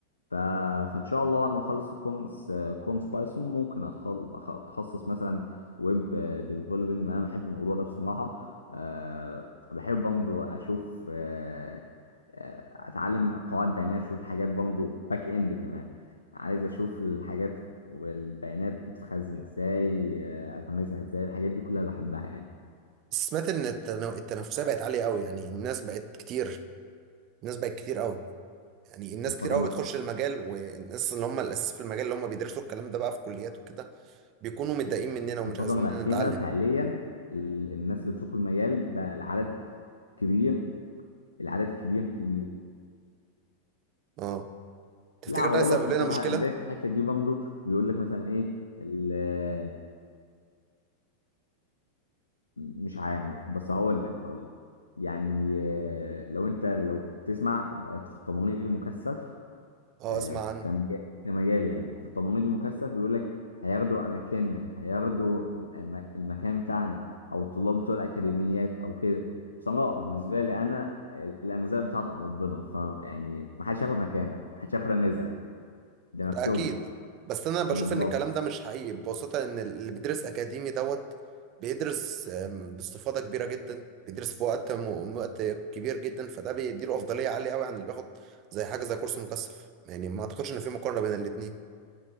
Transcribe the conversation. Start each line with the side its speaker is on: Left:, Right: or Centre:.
Left: ف... فان شاء الله وانا ما اخلص الكورس كورس بايثون ممكن أتخل... أخ- اتخصص مثلا ويب ديفلوبينج لان انا بحب الموضوع ده بصراحه أه... بحب برضو اشوف أه... آه، اتعلم قواعد بيانات اشوف الحاجات برضو باك اند كمان عايز اشوف الحاجات والبيانات بتتخزن ازاي آه، افهمها ازاي الحاجات دي كلها بحبها يعني
Right: بس سمعت ان التنا- التنافسيه بقت عاليه قوي يعني الناس بقت كتير الناس بقت كتير قوي يعني الناس
Left: في الفتره
Right: كتير قوي بتخش المجال والناس اللي هم الاساس في المجال اللي هم بيدرسوا الكلام ده بقى في كليات وكده بيكونوا متضايقين مننا ومش
Left: في الفتره
Right: عايزين
Left: الاخيره
Right: نتعلم
Left: فعليا ال- الناس اللي بتدخل المجال بقى العدد كبير العدد كبير كبير
Right: اه تفتكر
Left: لا هو
Right: ده هيسبب
Left: بص
Right: لنا
Left: بصراحة
Right: مشكلة
Left: زي في الحتة دي برضه بيقول لك مثلا ايه ال- آه، مش عارف بس هقول لك هقول لك يعني آه، لو انت لو تسمع في التمريض المكثف
Right: اه
Left: آه،
Right: اسمع عنه
Left: كمجال كمجال يعني في التمريض المكثف بيقول لك هياخدوا اماكننا هياخدوا الم- المكان بتاعنا او الطلاب بتوع الاكاديميات او كده بصراحة بالنسبة لي انا ال- الانزال بتاعت ربنا فيعني ما حدش ياخد مكانك ما حدش ياخد رزقك ده
Right: ده
Left: مكتوب
Right: اكيد
Left: لك
Right: بس انا بشوف
Left: بالظبط
Right: ان الكلام ده مش حقيقي ببساطة ان اللي بيدرس اكاديمي دوت بيدرس آم، باستفاضة كبيرة جدا بيدرس في وقت م- وقت كبير جدا فده بيديله افضلية عالية قوي عن اللي بياخد زي حاجة زي كورس مكثف يعني ما اعتقدش ان في مقارنة بين الاتنين